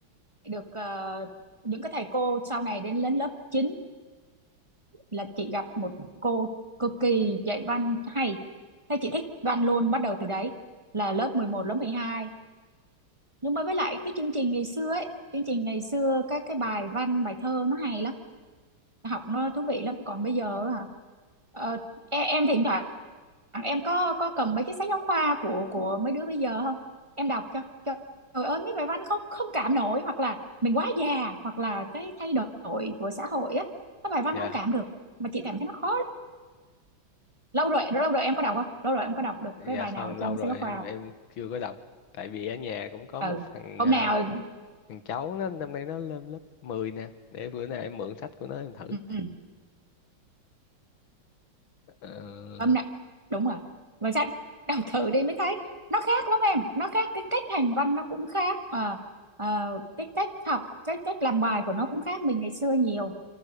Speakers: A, on the right; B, on the left.
A: được ờ, những cái thầy cô sau này đến lên lớp 9 là chị gặp một cô cực kỳ dạy văn hay thế chị thích văn luôn bắt đầu từ đấy là lớp 11 lớp mười hai nhưng mà với lại cái chương trình ngày xưa ấy chương trình ngày xưa các cái bài văn bài thơ nó hay lắm học nó thú vị lắm còn bây giờ hả ờ, em, em thỉnh thoảng em có có cầm mấy cái sách giáo khoa của của mấy đứa bây giờ không em đọc cho cho trời ơi mấy bài văn không không cảm nổi hoặc là mình quá già hoặc là cái thay đổi của xã hội á các bài văn
B: dạ
A: không cảm được mà chị cảm thấy nó khó lắm. lâu rồi lâu rồi em có đọc không lâu rồi em có đọc được
B: dạ
A: cái bài
B: không
A: nào
B: lâu
A: trong
B: rồi
A: sách giáo khoa
B: em em chưa có đọc tại vì ở nhà cũng có
A: ừ
B: một thằng
A: hôm
B: à,
A: nào
B: thằng cháu nó năm nay nó lên lớp 10 nè để bữa nào em mượn sách của nó em thử
A: ừ. ừ.
B: ờ,
A: âm nè đúng rồi và ra đọc thử đi mới thấy nó khác lắm em nó khác cái cách hành văn nó cũng khác à, à, cái cách học cái cách làm bài của nó cũng khác mình ngày xưa nhiều